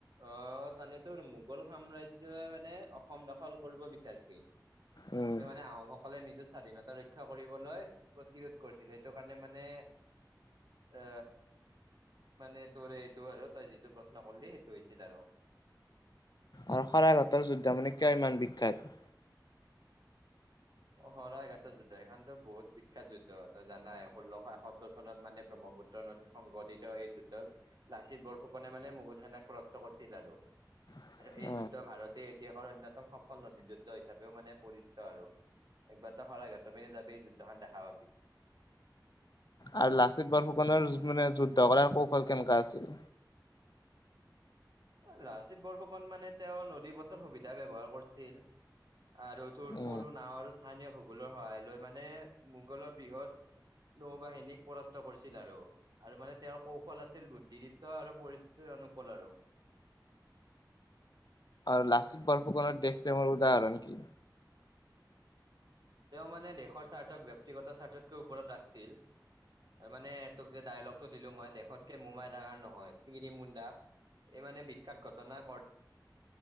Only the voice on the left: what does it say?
উম,
আৰু শৰাইঘাটৰ যুদ্ধ মানে কিয় ইমান বিখ্যাত?
<inaudible>
উম,
আৰু লাচিত বৰফুকনৰ মানে যুদ্ধ কৰাৰ কৌশল কেনেকা আছিল?
উম,
আৰু লাচিত বৰফুকত দেশপ্ৰেমৰ উদাহৰণ কি?